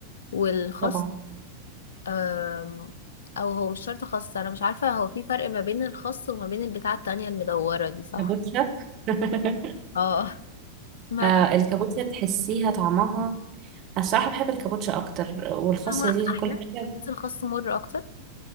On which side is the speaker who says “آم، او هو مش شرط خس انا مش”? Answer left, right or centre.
Left